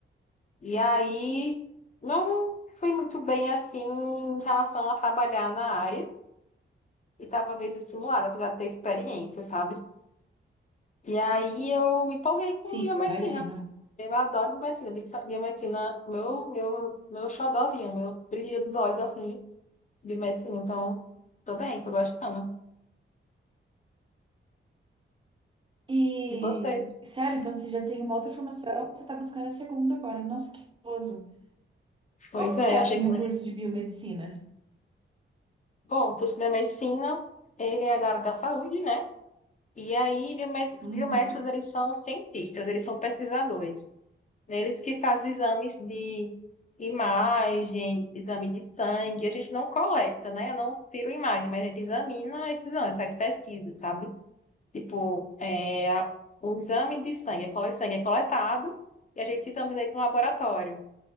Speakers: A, on the left; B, on the right.
A: e aí não fui muito bem assim em relação a trabalhar na área e tava meio desestimulada, apesar de ter experiência, sabe? E aí eu me empolguei com
B: Sim,
A: biomedicina.
B: eu imagino.
A: Eu adoro biomedicina. Biomedicina, biomedicina, meu, meu, meu xodozinho, meu brilho dos olhos, assim. de medicina, então tô bem, tô gostando.
B: E,
A: E você?
B: sério, então você já tem uma outra formação, você tá buscando a segunda agora. Nossa, que gostoso.
A: Pois
B: Como
A: é,
B: que é,
A: eu achei
B: assim,
A: que,
B: o curso de biomedicina?
A: bom, o curso de medicina, ele é da área da saúde, né? E aí, biomed
B: Uhum.
A: biomédicos, eles são cientistas, eles são pesquisadores. Eles que fazem exames de imagem, exame de sangue, a gente não coleta, né? Eu não tiro imagem, mas a gente examina esses exames, faz pesquisa, sabe? Tipo, é, a- o exame de sangue, é cole- sangue é coletado e a gente examina aí para um laboratório.